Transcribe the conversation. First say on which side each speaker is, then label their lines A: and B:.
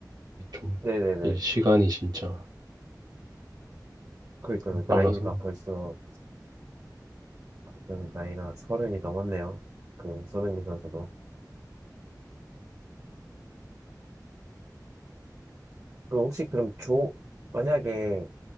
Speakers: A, on the right; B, on the right.
A: 좀이
B: 네네네.
A: 시간이 진짜
B: 그러니까
A: 너무 빨라서
B: 나이가 벌써 어, 나이가 서른이 넘었네요. 그 손흥민 선수도. 그럼 혹시 그럼 조 만약에